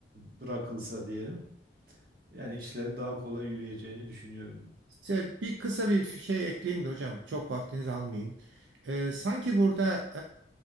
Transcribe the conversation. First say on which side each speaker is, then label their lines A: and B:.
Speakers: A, on the right (about 50°); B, on the right (about 75°).
A: e, bırakılsa diyelim. Yani işlerin daha kolay yürüyeceğini düşünüyorum.
B: Size bir kısa bir şey ekleyeyim de hocam çok vaktinizi almayayım. Ee, sanki burada